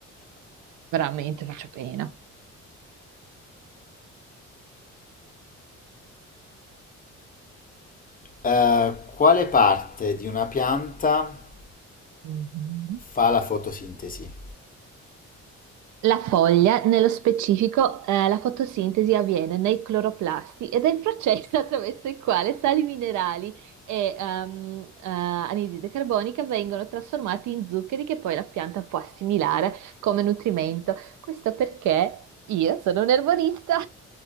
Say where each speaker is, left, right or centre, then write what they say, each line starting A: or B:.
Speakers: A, on the right (about 70°); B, on the left (about 30°).
A: veramente faccio pena.
B: Eh, quale parte di una pianta
A: Mhm.
B: fa la fotosintesi?
A: La foglia, nello specifico, eh, la fotosintesi avviene nei cloroplasti ed è il processo <laughs> attraverso il quale sali minerali e ehm, eh, anidride carbonica vengono trasformati in zuccheri che poi la pianta può assimilare come nutrimento. Questo perché io sono un erborista.